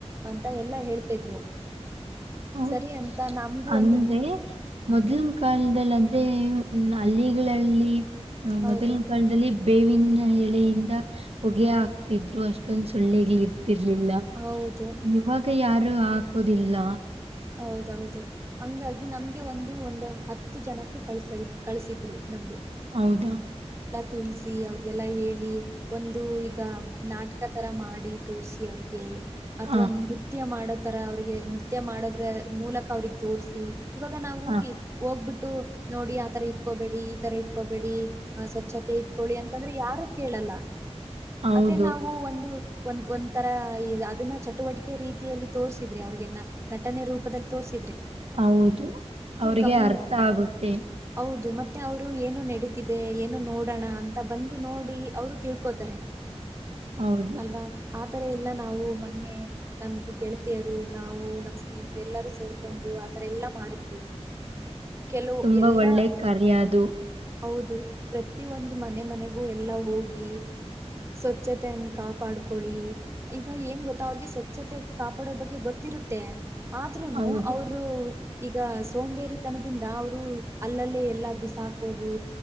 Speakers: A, on the right; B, on the right.
A: ಅಂತ ಎಲ್ಲಾ ಹೇಳ್ತಿದ್ರು
B: ಹೌದು
A: ಸರಿ ಅಂತ ನಮ್ಗೂ
B: ಅಂದ್ರೆ
A: ಒಂದು ಗು
B: ಮೊದ್ಲಿನ ಕಾಲದದಲ್ಲಿ ಅಂತ ಹಲ್ಲಿಗಳಲ್ಲಿ ಹ
A: ಹೌದು
B: ಮೊದಲಿನ ಕಾಲದಲ್ಲಿ ಬೇವಿನ ಎಳೆಯಿಂದ ಹೊಗೆಯ ಹಾಕ್ತಿದ್ರು ಅಷ್ಟೊಂದ ಸೊಳ್ಳೆಗ್ ರ್ಲಿಲ್ಲ
A: ಹೌದು
B: ಇವಾಗ ಯಾರ ರು ಹಾಕೋದಿಲ್ಲ
A: ಹೌದೌದು ಹಂಗಾಗಿ ನಮ್ಗೆ ಒಂದು ಒಂದು ಹತ್ತು ಜನಕ್ಕೆ ಕಳ್ಸ ಕಳಸಿದ್ರು ನಮ್ಗೆ
B: ಹೌದಾ
A: ತಿಳಿಸಿ ಅವ್ರಿಗೆಲ್ಲ ಹೇಳಿ ಒಂದು ಈಗ ನಾಟಕ ಥರ ಮಾಡಿ ತೋರಿಸಿ ಅವ್ರಿಗೆ ಅಥವಾ
B: ಹಾ
A: ನೃತ್ಯ ಮಾಡ ತರ ಅವ್ರರಿಗೆ ನಿ ನೃತ್ಯ ಮಾಡದ್ರೆ ಮೂಲಕ ಅವ್ರಿಗೆ ತೋರಿಸಿ ಇವಾಗ ನಾವು
B: ಹಾ
A: ಹೋಗ್ಬಿಟ್ಟ ನೋಡಿ ಆತರ ಇಟ್ಕೋಬೇಡಿ ಈ ತರ ಇಟ್ಕೋಬೇಡಿ ಅ ಸ್ವಚ್ಛತೆ ಇಟ್ಕೊಳ್ಳಿ ಅಂತಂದ್ರೆ ಯಾರು ಕೇಳಲ್ಲ.
B: ಹೌದು
A: ಅದೇ ನಾವು ಒಂದು ಒಂದ ಒಂಥರಾ ಅದನ್ನ ಚಟುವಟಿಕೆ ರೀತಿಯಲ್ಲಿ ತೋರ್ಸಿದ್ರಿ ಅವ್ರಿಗೆನ ನಟನೆ ರೂಪದಲ್ಲಿ ತೋರಿಸ
B: ಹೌದು ಅವ್ರಿಗೆ
A: ಗಮನ
B: ಅರ್ಥ ಆಗುತ್ತೆ.
A: ಹೌದು ಮತ್ತೆ ಅವ್ರು ಏನು ನಡೀತಿದೆ ಏನು ನೋಡೋಣ ಅಂತ ಬಂದು ನೋಡಿ ಅವರು ತಿಳ್ಕೋತಾರೆ.
B: ಹೌದು
A: ಅಲ್ವಾ? ಆತರ ಇಲ್ಲ ನಾವು ಮೊನ್ನೆ ನಮ್ ಗೆಳತಿಯರು ನಾವು ನಮ ಸ್ನೇಹಿತರೆ ಎಲ್ಲಾರೂ ಸೇರ್ಕೊಂಡು ಆತರ ಎಲ್ಲಾ ಮಾಡಿದ್ವಿ, ಕೆಲವು
B: ತುಂಬಾ
A: ಎಲ್ಲಾ
B: ಒಳ್ಳೆ ಕಾರ್ಯ ಅದು.
A: ಹೌದು ಪ್ರತಿೊಂದು ಮನೆ ಮನೆಗೂ ಎಲ್ಲಾ ಹೋಗಿ ಸ್ವಚ್ಛತೆಯನ್ನ ಕಾಪಾಡ್ಕೊಳ್ಳಿ ಈಗ ಏನ್ ಗೊತ್ತಾ ಅವ್ರಿಗೆ ಸ್ವಚ್ಛತೆ ಕಾಪಾಡೋ ಬಗ್ಗೆ ಗೊತ್ತಿರುತ್ತೆ. ಆದ್ರೂನು
B: ಹೌದು
A: ಅವರು ಈಗ ಸೋಂಬೇರಿತನದಿಂದ ಅವರು ಅಲ್ಲಲ್ಲೇ ಎಲ್ಲಾ ಬಿಸಾಕೋದು,